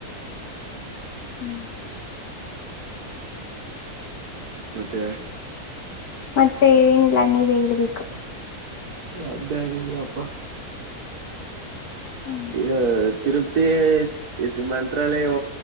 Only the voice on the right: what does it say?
ಮತ್ತೆ
ಅ್ದಾಯನಲ್ಲ ಅಪ್ಪ
ಈ ತಿರುಪತಿ ಮಂತ್ರಾಲಯ